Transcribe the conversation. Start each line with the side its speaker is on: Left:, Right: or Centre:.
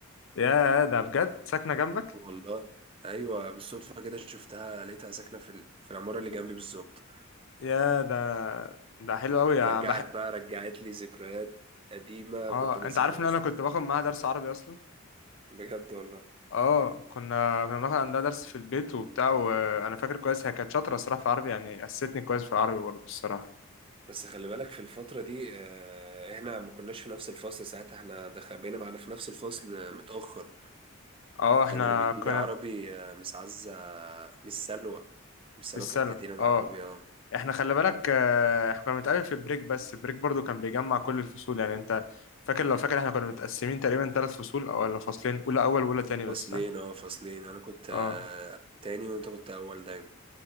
Left: يا ده بجد ساكنه جنبك
Right: والله ايوه بالصدفه كده شفتها لقيتها ساكنه في ال- في العماره اللي جنبي بالظبط
Left: يا ده ده حلو قوي يا
Right: رجعت
Left: بح...
Right: بقى رجعت لي ذكريات قديمه
Left: اه
Right: كنت ناسيها
Left: انت عارف ان
Right: اصلا
Left: انا كنت باخد معاها درس عربي اصلا
Right: بجد والله
Left: اه كنا كنا بناخد عندها درس في البيت وبتاع وانا فاكر كويس هي كانت شاطره الصراحه في العربي يعني اسستني كويس في العربي برضه الصراحه
Right: بس خلي بالك في الفترة دي آه، احنا ما كناش في نفس الفصل ساعتها احنا دخل بقينا معانا في نفس الفصل متأخر
Left: اه احنا
Right: كان اللي بيديني
Left: كنا
Right: عربي آه، مس عزة آه، مس سلوى مس سلوى
Left: بالسنة
Right: كانت بتديني انا
Left: اه
Right: عربي اه
Left: احنا خلي بالك آه، احنا كنا بنتقابل في البريك بس البريك برضو كان بيجمع كل الفصول يعني انت فاكر لو فاكر احنا كنا متقسمين تقريبا ثلاث فصول او ولا فصلين اولى اول واولى تاني بس
Right: فصلين
Left: ها؟
Right: اه فصلين انا كنت
Left: اه
Right: آه، تاني وانت كنت اول دايما